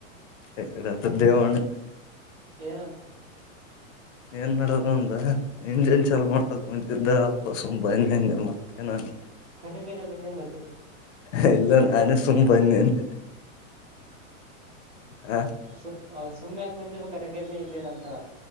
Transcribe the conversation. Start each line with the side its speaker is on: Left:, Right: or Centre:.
Left: ಎಕಡೆ ಹೇಳ್ತಾನೆ ದೇವಣ್ಣ
Right: ಏನ ಅನ್ಸಗ
Left: ಏನ್ ನಡೋದು ಅವನ್ದ ಇಂಜನ್ ಚಲೋ ಮಾಡಕ ಕುಂತಿದ್ದ ಅಪ್ಪ ಸುಮ್ಮ ಬನ್ನಿ ಹಂಗ ಮತ್ತ
Right: ಕರೆ ಕರೆ ಬಂದೇನ್ ಬೇಕ
Left: ಎ ಎಲ್ಲ ನಾನೇ ಸುಮ್ಮ ಬನ್ನಿ ಅಂದೆ ಹ
Right: ಸ ಸುಮ್ಮನೆಗ ಯಾಕ್ ಬಂದ ಬ ಕರೆಕರಿನಿ ಇದ್ದೀರಾಂತ